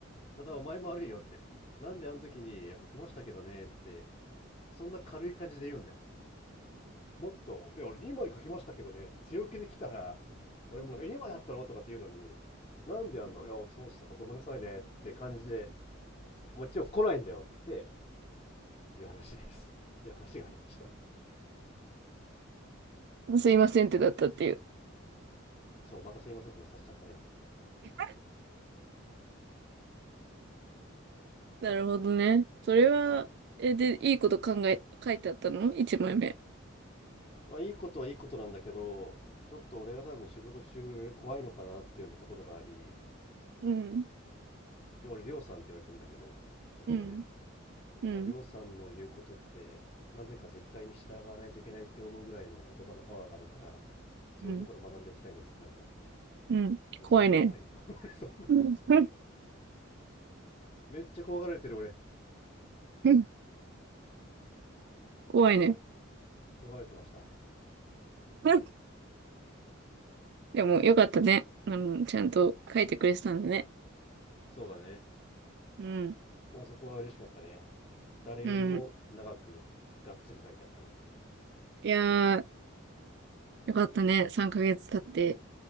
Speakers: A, on the left; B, on the right.
A: ただお前も悪いよってなんであの時に書きましたけどねってそんな軽い感じで言うんだよもっと「いや俺2枚書きましたけどね」って強気で来たら俺もなんか「え2枚あったの?」とかって言うのに「なんであんのいやそうっすとかごめんなさいね」って感じで「お前強く来ないんだよ」っていう話ですっていう話がありました
B: すいませんってだったっていう。
A: そうまたすいませんってさしちゃったね
B: <laughs> なるほどね。それは、え、で、いいこと考え、書いてあったの一枚目。
A: まあ、いいことはいいことなんだけど、ちょっと俺が多分仕事中怖いのかなっていうところがあり、い
B: うん、
A: や俺、りょうさんって言われてんだけど、職場で。
B: うん、うん、
A: いや、りょうさんの言うことって、なぜか絶対に従わないといけないって思うぐらいの言葉のパワーがあるから、そういうところ学んでいきたいですって書いてあって。
B: うん、うん。
A: 俺、
B: 怖いね。
A: そんな怖いの <laughs> 俺、そんな怖い。
B: <laughs> うん
A: めっちゃ怖がられてる、俺。
B: うん怖いね。
A: 怖がられてました。
B: うんでも、よかったね。あの、ちゃんと書いてくれてたんだね。
A: そうだね。
B: うん、
A: まあ、そこは嬉しかったね。誰よりも長く、
B: うん。
A: がっつり書いてあったね。
B: いやー、よかったね。3ヶ月経って、